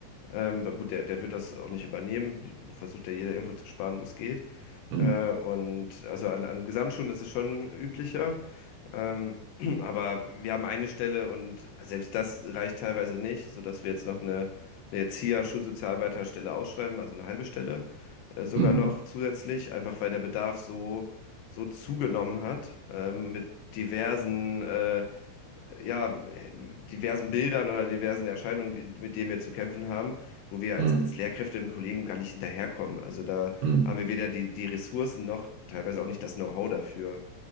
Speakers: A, on the left; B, on the right.
A: Ähm, aber gut, der, der wird das auch nicht übernehmen. Die- Versucht ja jeder irgendwo zu sparen, wo es geht.
B: Mhm,
A: Äh, und also an, an Gesamtschulen ist es schon üblicher. Ähm, <clears throat> aber wir haben eine Stelle und selbst das reicht teilweise nicht, sodass wir jetzt noch eine, eine Erzieher-, Schulsozialarbeiterstelle ausschreiben, also eine halbe Stelle, äh, sogar
B: mhm,
A: noch zusätzlich, einfach weil der Bedarf so, so zugenommen hat, ähm, mit diversen, äh, ja, diversen Bildern oder diversen Erscheinungen, die, mit denen wir zu kämpfen haben, wo wir als,
B: mhm,
A: als Lehrkräfte im Kollegium gar nicht hinterherkommen. Also da
B: mhm,
A: haben wir weder die, die Ressourcen noch teilweise auch nicht das Know-how dafür.